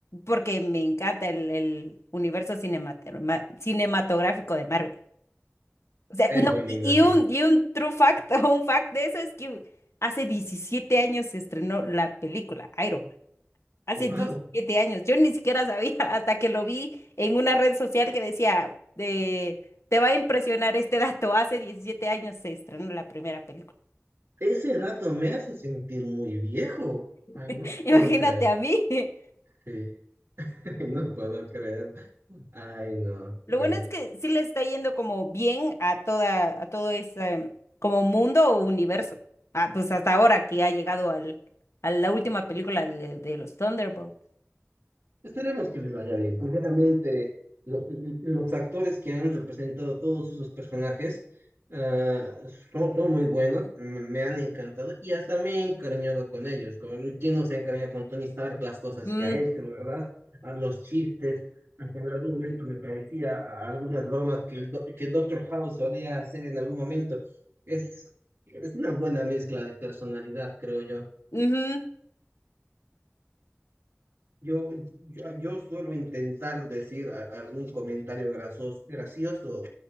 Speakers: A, on the left (about 70°); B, on the right (about 65°).
A: porque me encanta el, el universo cinematera- ma- cinematográfico de Marvel. O sea,
B: Es
A: no,
B: muy linda,
A: y y
B: sí.
A: un, y un true fact <laughs> o un fact de eso es que hace 17 años se estrenó la película Iron Man. Hace
B: Wow,
A: 17 años. Yo ni siquiera sabía <laughs> hasta que lo vi en una red social que decía, de, te va a impresionar este dato. Hace 17 años se estrenó la primera película.
B: ese dato me hace sentir muy viejo. Ay,
A: <laughs>
B: no te
A: Imagínate
B: puedo creer.
A: a mí. <laughs>
B: Sí, <laughs> no puedo creer. Ay, no. Bueno,
A: Lo bueno es que sí le está yendo como bien a toda, a todo ese como mundo o universo. Ah, pues hasta ahora que ha llegado al, a la última película de, de los Thunderbolts.
B: Esperemos que les vaya bien. Sinceramente, lo- los actores que han representado todos esos personajes ah, son, son muy buenos, m- me han encantado y hasta me he encariñado con ellos. Con, ¿quién no se ha encariñado con Tony Stark? Las cosas
A: Mm,
B: que ha hecho, ¿verdad? A los chistes. Hasta en algún momento me parecía a a algunas bromas que, el, do- que Doctor House solía hacer en algún momento. Es, es una buena mezcla de personalidad, creo yo.
A: ujú,
B: Yo, yo, yo suelo intentar decir a- algún comentario grasos- gracioso